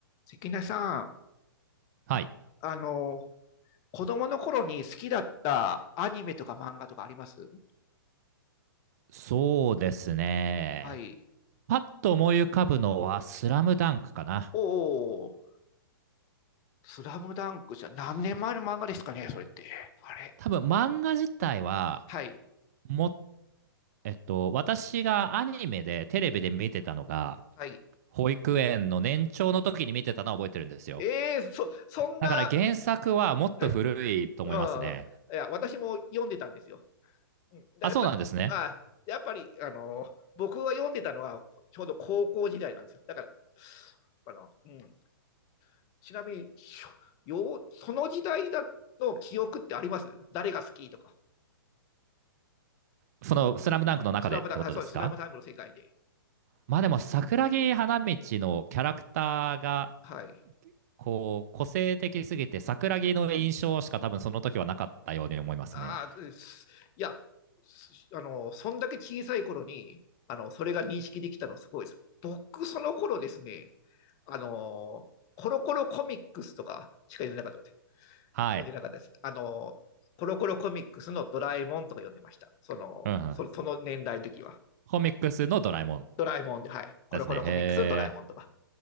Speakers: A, on the left; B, on the right.
A: 関根さん、
B: はい。
A: あの、子供の頃に好きだったアニメとか漫画とかあります
B: そうですね。
A: はい。
B: パッと思い浮かぶのはスラムダンクかな。
A: おお、スラムダンクじゃ何年前の漫画ですかね、それって。あれ
B: 多分漫画自体は、
A: はい。
B: も、えっと、私がアニメでテレビで見てたのが、
A: ははい。
B: 保育園の年長の時に見てたのは覚えてるんですよ。
A: ええーそ、そんな、
B: だから原作はもっと古いと思いますね。
A: はい。うん。いや、私も読んでたんですよ。うん、だやっぱ、
B: あ、そうなんですね。
A: あ、やっぱり、あの、僕が読んでたのはちょうど高校時代なんですよ。だから、あの、うん。ちなみに、よその時代だの記憶ってあります誰が好きとか。
B: そのスラムダンクの中でってことですか
A: スラムダあそうですスラムダンクの世界で。
B: まあでも桜木花道のキャラクターが
A: はい。
B: こう、個性的すぎて、桜木の印象しか多分その時はなかったように思いますね。
A: ああ、いや、あの、そんだけ小さい頃に、あの、それが認識できたのすごいです。僕、その頃ですね、あの、コロコロコミックスとかしか読んでなかったです。
B: はい。
A: 読んでなかったです。あの、コロコロコミックスのドラえもんとか読んでました。その、
B: うんうん。
A: そその年代の時は。
B: コミックスのドラえもん
A: ドラえもんで、はい。コロコロコミックスのドラえもんとか。
B: ですね。へー